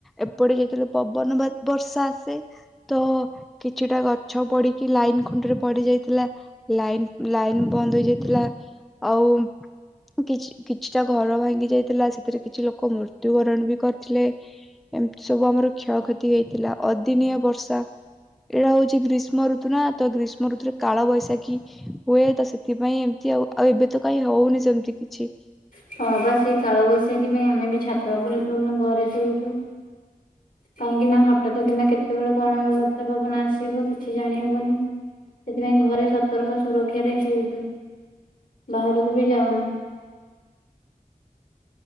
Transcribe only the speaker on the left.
ହଁ ବା ସେଇ କାଳବୈଶାଖୀ ପାଇଁ ଆମେ ବି ଛାତ ଉପରେ ଶୋଉନୁ ଘରେ ଶୋଉଛୁ। କାହିଁକି ନା ହଠାତ୍ କିନା କେତେବେଳେ କଣ ବର୍ଷା ପବନ ଆସିବ କିଛି ଜାଣି ହବନି। ସେଥିପାଇଁ ଘରେ ସତର୍କ ସୁରକ୍ଷାରେ ଶୋଉଛୁ। ବାହାରକୁ ବି ଯାଉନୁ।